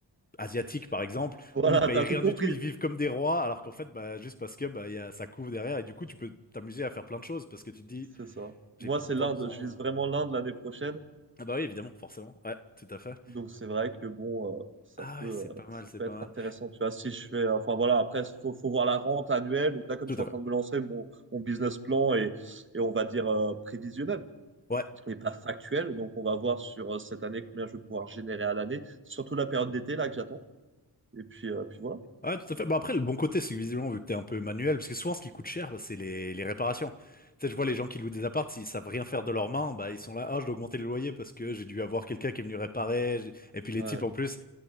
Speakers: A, on the left (about 20°); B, on the right (about 25°).
A: asiatiques par exemple
B: Voilà,
A: où ils payent
B: t'as
A: rien
B: tout compris.
A: du tout, ils vivent comme des rois, alors qu'en fait bah juste parce que bah il y a ça couvre derrière et du coup tu peux t'amuser à faire plein de choses parce que tu te dis
B: C'est ça.
A: j'ai
B: Moi,
A: pas
B: c'est l'Inde.
A: tant besoin.
B: Je vise
A: euh.
B: vraiment l'Inde l'année prochaine.
A: Ah bah oui, évidemment, forcément, ouais, tout à fait.
B: Donc, c'est vrai que bon, euh, ça
A: Ah
B: peut,
A: ouais, c'est pas
B: euh,
A: mal,
B: ça
A: c'est
B: peut
A: pas
B: être
A: mal.
B: intéressant. Tu vois, si je fais, enfin voilà, après, faut, faut voir la rente annuelle. Donc là, comme
A: Tout
B: je suis
A: à
B: en
A: fait.
B: train de me lancer, mon, mon business plan est, et on va dire, euh, prévisionnel
A: Ouais.
B: et pas factuel. Donc, on va voir sur euh, cette année combien je vais pouvoir générer à l'année, surtout la période d'été là que j'attends. Et puis, euh, puis voilà.
A: Ouais, tout à fait. Bah après, le bon côté, c'est que visiblement, vu que t'es un peu manuel, parce que souvent, ce qui coûte cher, bah, c'est les, les réparations. Tu sais, je vois les gens qui louent des apparts, s'ils savent rien faire de leurs mains, bah, ils sont là, ah, je dois augmenter le loyer parce que j'ai dû avoir quelqu'un qui est venu réparer. J'ai- Et puis,
B: Ouais.
A: les types, en plus,